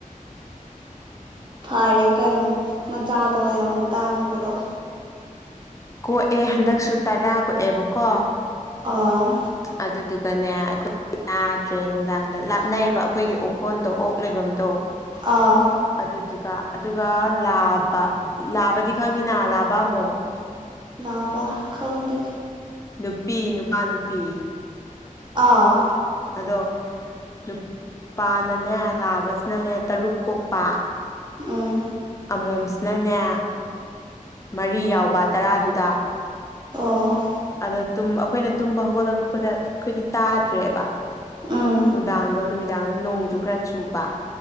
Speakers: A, on the right; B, on the left.
A: ꯐꯔꯦ ꯀꯩꯅꯣ ꯃꯆꯥꯗꯣ ꯌꯥꯝ ꯇꯥꯡꯕꯗꯣ
B: ꯀꯣꯛꯑꯦ ꯍꯟꯗꯛꯁꯨ ꯇꯔꯥ ꯀꯣꯛꯑꯦꯕꯀꯣ
A: ꯑꯥ
B: ꯑꯗꯨꯗꯨꯒꯅꯦ ꯑꯩꯈꯣꯏ ꯌꯥꯥꯗ꯭ꯔꯦ ꯅꯨꯡꯗꯥꯡꯗ ꯂꯥꯞꯅꯩꯌꯦꯕ ꯑꯩꯈꯣꯏꯒꯤ ꯑꯣꯀꯣꯟꯗ ꯑꯣꯛ ꯂꯩꯐꯝꯗꯣ
A: ꯑꯥ
B: ꯑꯗꯨꯗꯨꯒ ꯑꯗꯨꯒ ꯂꯥꯕ ꯂꯥꯕꯗꯤ ꯈꯪꯉꯤꯅꯥ ꯂꯥꯕ ꯑꯃꯣꯝ
A: ꯂꯥꯕ ꯈꯪꯗꯦ
B: ꯅꯨꯄꯤ ꯅꯨꯄꯥ ꯅꯨꯄꯤ
A: ꯑꯥ
B: ꯑꯗꯣ ꯅꯨꯄꯥꯅꯅꯦ ꯂꯥꯕꯁꯤꯅꯅꯦ ꯇꯔꯨꯛ ꯀꯣꯛꯄ
A: ꯎꯝ
B: ꯑꯃꯣꯝꯁꯤꯅꯅꯦ ꯃꯔꯤ ꯌꯥꯎꯕ ꯇꯔꯥꯗꯨꯗ
A: ꯑꯣ
B: ꯑꯗꯣ ꯇꯨꯝ ꯑꯩꯈꯣꯏꯅ ꯇꯨꯝꯕ ꯍꯧꯒꯠꯂꯛꯄꯗ ꯑꯩꯈꯣꯏꯗꯤ ꯇꯥꯗ꯭ꯔꯦꯕ
A: ꯎꯝ
B: ꯅꯨꯡꯗꯥꯡꯗꯣ ꯅꯨꯃꯤꯗꯥꯡꯗꯣ ꯅꯣꯡꯖꯨ ꯈꯔ ꯆꯨꯕ